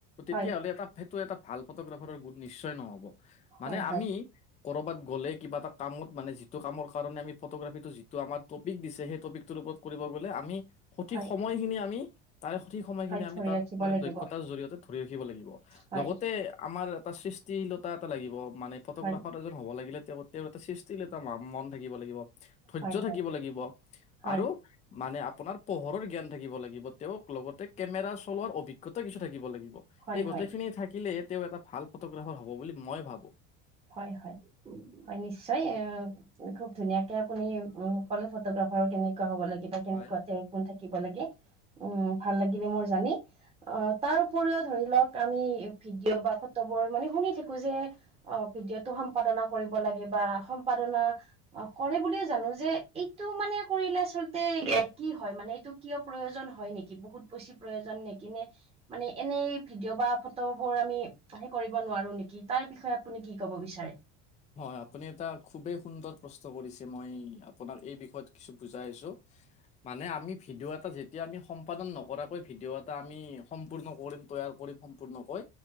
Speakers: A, on the left; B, on the right.
A: তেতিয়া
B: হয়
A: হ'লে এটা টো এটা ভাল ফটোগ্ৰাফাৰৰ গুণ নিশ্চয় নহ'ব মানে
B: হয় হয়
A: আমি ক'ৰবাত গ'লে কিবা এটা কাম মানে যিটো কামৰ কাৰণে আমি ফটোগ্ৰাফীটো যিটো আমাৰ টপিক দিছে সেই টপিকটো ওপৰত কৰিব গ'লে আমি সঠিক
B: হয়
A: সময়খিনি আমি তাৰে সঠিক সময়খিনি
B: হয় ধৰি
A: আমি তাত
B: ৰাখিব
A: মানে
B: লাগিব
A: দক্ষতাৰ জৰিয়তে ধৰি লাগব
B: হয়
A: লগতে আমাৰ এটা সৃষ্টীলতা এটা লাগিব মানে ফটোগ্ৰাফাৰ
B: হয়
A: এজন হ'ব লাগিলে। তেওঁৰ এটা সৃষ্টিৰ এটা ম মন থাকিব লাগিব। ধৈৰ্য
B: হয় হয়
A: থাকিব লাগিব
B: হয়
A: আৰু মানে আপোনাৰ পোহৰৰ জ্ঞান থাকিব লাগিব, তেওঁক লগতে কেমেৰা চলোৱাৰ অভিজ্ঞতা কিছু থাকিব লাগিব
B: হয়
A: এই
B: হয়
A: গোটেই খিনি থাকিলে তেওঁ এটা ভাল ফটোগ্ৰাফাৰ হব বুলি মই ভাবো।
B: হয়, হয়, হয় নিশ্চয় এ খুব ধুনীয়া তে আপুনি উ স কলে ফটোগ্ৰাফাৰো কেনেকুৱা হ'ব লাগিব বা কেনেকুৱা
A: হয়
B: কোন থাকিব লাগে। উম ভাল লাগিলে মোৰ জানি অ তাৰ উপৰিও ধৰি লওক আমি ভিডিঅ' বা। সত্বোৰ মানে শুনি থাকো যে। অ ভিডিঅ'টো সম্পাদনা কৰিব লাগে বা সম্পাদনা কৰে বুলিয়ে জানো যে এইটো। এইটো মানে কৰিলে আচলতে কি হয় মানে এইটো কিয় প্ৰয়োজন হয় নেকি বহুত বেছি প্ৰয়োজন নেকি? কিনে মানে এনেই ভিডিঅ' বা ফটো বোৰ আমি সে কৰিব নোৱাৰো নেকি তাৰ বিষয়ে। আপুনি কি ক'ব বিচাৰে
A: হয় আপুনি এটা খুবেই সুন্দৰ প্ৰশ্ন কৰিছে মই আপোনাক এই বিষয়ত কিছু বুজাই আছো মানে আমি। ভিডিঅ' এটা যেতিয়া আমি সম্পাদন নকৰাকৈ ভিডিঅ' এটা আমি সম্পূৰ্ণ কৰিম তৈয়াৰ কৰিম সম্পূৰ্ণকৈ।